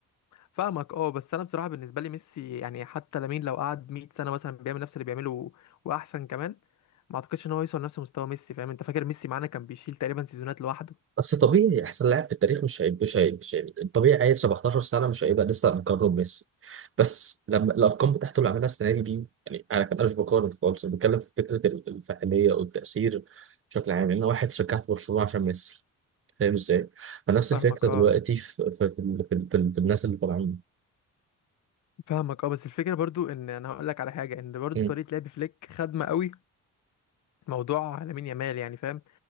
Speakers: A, on the left (about 70°); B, on the right (about 45°).
A: فاهمك اه بس انا بصراحه بالنسبه لي ميسي يعني حتى لامين لو قعد 100 سنه مثلا بيعمل نفس اللي بيعمله واحسن كمان ما اعتقدش ان هو يوصل لنفس مستوى ميسي فاهم انت فاكر ميسي معانا كان بيشيل تقريبا سيزونات لوحده
B: بس طبيعي احسن لاعب في التاريخ مش هيبقى مش هيبقى مش هيبقى طبيعي عيل 17 سنه مش هيبقى لسه مقرب ميسي بس لما الارقام بتاعته اللي عملها السنه دي دي يعني انا كان مش بقارن خالص انا بتكلم في فكره ال- الفاعليه والتاثير بشكل عام ان واحد شجعت برشلونه عشان ميسي فاهم ازاي؟ فنفس
A: فاهمك
B: الفكره
A: اه
B: دلوقتي في في في, في, في, في الناس اللي طالعين
A: فاهمك اه بس الفكره برضو ان انا هقول لك على حاجه ان برضو
B: مم.
A: طريقه لعب فليك خدمه قوي موضوع لامين يامال يعني فاهم